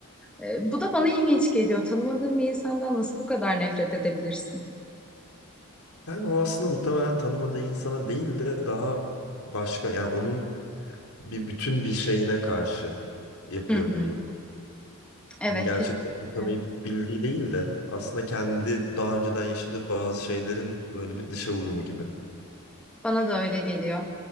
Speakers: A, in the centre; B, on the left (about 75°).
A: Ee, bu da bana ilginç geliyor. Tanımadığın bir insandan nasıl bu kadar nefret edebilirsin?
B: Yani o aslında muhtemelen tanımadığı insana değil de daha başka yani onun bir bütün bir şeyine karşı yapıyor
A: Hı hı.
B: bunu.
A: Evet
B: Hani gerçekten
A: kesinlikle.
B: tanıyıp bildiği değil de aslında kendi daha önceden yaşadığı bazı şeylerin böyle bir dışa vurumu gibi.
A: Bana da öyle geliyor.